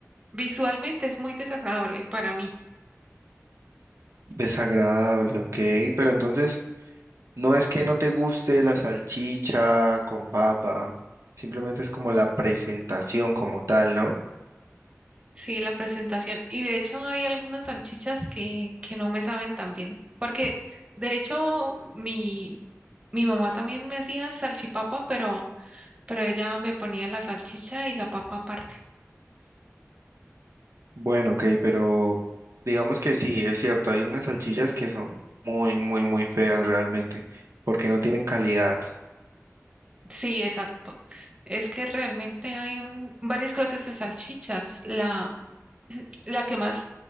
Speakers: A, on the right (about 20°); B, on the right (about 70°).
A: Visualmente es muy desagradable para mí,
B: Desagradable, ok. Pero entonces, no es que no te guste la salchicha con papa, simplemente es como la presentación como tal, ¿no?
A: sí, la presentación. Y de hecho hay algunas salchichas que, que no me saben tan bien, porque de hecho mi, mi mamá también me hacía salchipapa, pero, pero ella me ponía la salchicha y la papa aparte.
B: Bueno, ok, pero digamos que sí, es cierto, hay unas salchichas que son muy, muy, muy feas realmente, porque no tienen calidad.
A: Sí, exacto. Es que realmente hay un, varias clases de salchichas. La, la que más